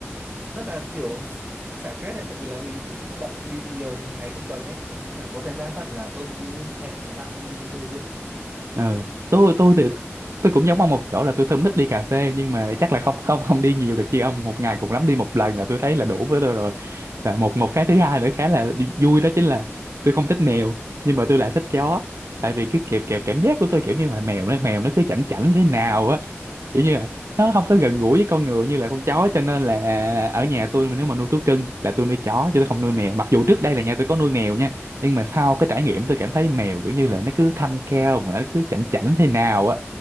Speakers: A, on the right; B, on the right.
A: rất là kiểu <laughs> xả stress đấy tại vì là mình cũng bận bịu nhiều ngày trong tuần ấy nên là có thời gian phận là tôi cũng hẹn nhóm bạn đi chơi luôn
B: ừ. tôi tôi thì tôi cũng giống ông một chỗ là tôi không thích đi cà phê nhưng mà chắc là không không không đi nhiều được chứ ông một ngày cũng lắm đi một lần là tôi thấy là đủ với tôi rồi và một một cái thứ hai nữa khá là đi- vui đó chính là tôi không thích mèo nhưng mà tôi lại thích chó tại vì cái kẹp kẹp cảm giác của tôi kiểu như là mèo nó mèo nó cứ chảnh chảnh thế nào á kiểu như là nó không có gần gũi với con người như là con chó cho nên là ở nhà tôi mà nếu mà nuôi thú cưng là tôi nuôi chó chứ tôi không nuôi mèo mặc dù trước đây là nhà tôi có nuôi mèo nha nhưng mà sau cái trải nghiệm tôi cảm thấy mèo kiểu như là nó cứ thanh cao mà nó cứ chảnh chảnh thế nào á